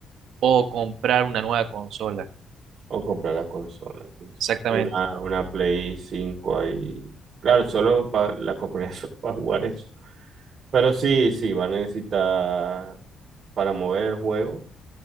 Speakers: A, on the right; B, on the right.
A: o comprar una nueva consola.
B: O comprar la consola, sí, sí.
A: Exactamente,
B: Una, una Play cinco ahí. Claro, solo pa- la compraría <laughs> solo para jugar eso. Pero sí, sí, va a necesitar para mover el juego.